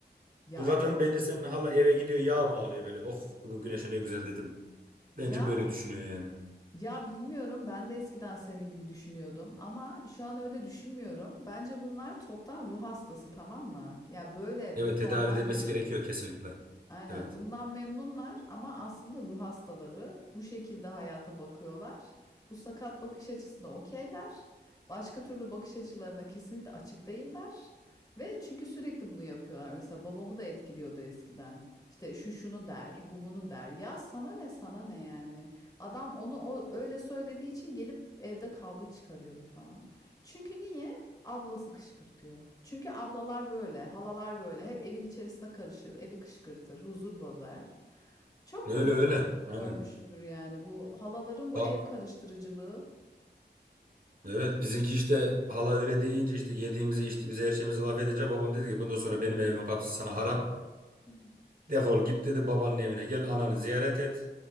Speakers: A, on the left; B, on the right.
A: Ya
B: Bu kadın
A: evet.
B: bence senin hala eve gidiyor yağ bağlıyor böyle. Oh bugün güneşe ne güzel dedim. Bence
A: Ya
B: böyle düşünüyor yani.
A: ya bilmiyorum ben de eskiden senin gibi düşünüyordum ama şu an öyle düşünmüyorum. Bence bunlar toptan ruh hastası tamam mı? Ya böyle
B: Evet
A: bunu
B: tedavi
A: normal
B: edilmesi
A: görüyorlar.
B: gerekiyor kesinlikle.
A: Aynen
B: Evet.
A: bundan memnunlar ama aslında ruh hastaları bu şekilde hayata bakıyorlar. Bu sakat bakış açısına okeyler. Başka türlü bakış açılarına kesinlikle açık değiller. Ve çünkü sürekli bunu yapıyorlar. Mesela babamı da etkiliyordu eskiden. İşte şu şunu der, bu bunu der. Ya sana ne sana ne yani. Adam onu o, öyle söylediği için gelip evde kavga çıkarıyordu falan. Çünkü niye? Ablası kışkırtıyor. Çünkü ablalar böyle, halalar böyle. Hep evin içerisine karışır, evi kışkırtır, huzur bozar. Çok
B: Öyle
A: huzur
B: öyle.
A: bozu
B: Aynen.
A: görmüşümdür yani. Bu halaların bu
B: Ba
A: ev karıştırıcılığı.
B: evet bizimki işte hala öyle deyince işte yediğimize içtiğimize her şeyimize laf edince babam dedi ki bundan sonra benim evimin kapısı sana haram.
A: Hmm.
B: Defol git dedi babanın evine gel ananı ziyaret et.